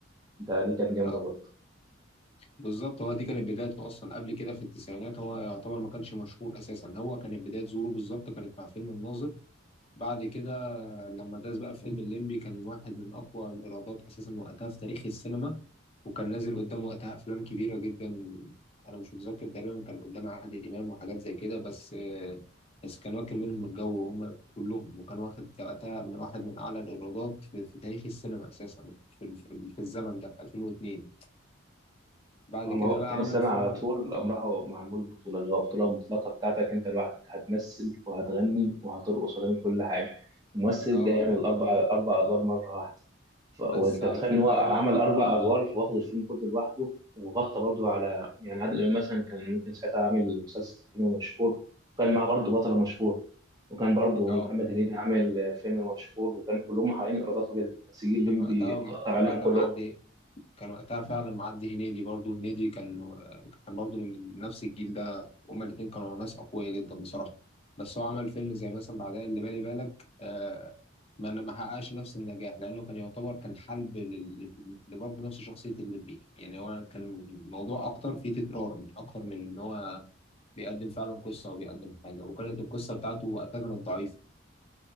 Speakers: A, on the right (about 20°); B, on the left (about 30°).
A: ده دي كانت جامده
B: آه،
A: برضه
B: بالظبط هو دي كانت بدايته اصلا قبل كده في التسعينات هو يعتبر ما كانش مشهور اساسا هو كانت بدايه ظهوره بالظبط كانت مع فيلم الناظر بعد كده لما داس بقى في فيلم الليمبي كان واحد من اقوى الايرادات اساسا وقتها في تاريخ السينما وكان نازل قدامه وقتها افلام كبيره جدا انا مش متذكر تقريبا كان قدام عادل امام وحاجات زي كده بس بس كان واكل منهم الجو وهم كلهم وكان واخد وقتها من واحد من اعلى الايرادات في, في تاريخ السينما اساسا في, في, في الزمن ده في 2002 بعد
A: هما
B: كده
A: هو
B: بقى
A: تاني
B: عمل
A: سنه
B: فيلم
A: على طول قام راحوا معمول بطوله اللي هو البطوله المطلقه بتاعتك انت لوحدك هتمثل وهتغني وهترقص وهتعمل كل حاجه الممثل
B: اه
A: جاي يعمل اربع اربع ادوار مره واحده ف... وانت
B: بس على
A: بتخيل
B: فكرة
A: ان هو عمل
B: هو
A: اربع ادوار واخد الفيلم كله لوحده وغطى برضه على يعني عادل امام مثلا كان ممكن ساعتها عامل مسلسل فيلم مشهور وكان معاه برضه بطل مشهور وكان برضه
B: اه
A: محمد هنيدي عامل فيلم مشهور وكان كلهم محققين ايرادات وكده بس جه الليمبي
B: كان وقتها
A: قطع عليهم
B: كان وقتها
A: كلهم
B: معدي كان وقتها فعلا معدي هنيدي برضه هنيدي كان كان برضه من نفس الجيل ده هما الاتنين كانوا ناس أقوياء جدا بصراحة بس هو عمل فيلم زي مثلا بعدها اللي بالي بالك آه ما ما حققش نفس النجاح لأنه كان يعتبر كان حلب لل- لل- لبرضه نفس شخصية الليمبي يعني هو كان الموضوع أكتر فيه تكرار من- أكتر من إن هو بيقدم فعلا قصة أو بيقدم حاجة وكانت القصة بتاعته وقتها كانت ضعيفة